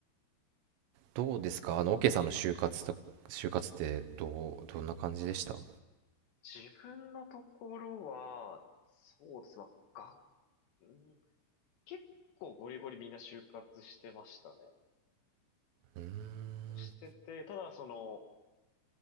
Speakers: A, on the right; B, on the left.
A: どうですかあの、オケさんの就活と、就活ってどう、どんな感じでしたう
B: 自分のところは、そうです。まあ、が、うん、結構ゴリゴリみんな就活してましたね。
A: ーん、
B: してて、ただその、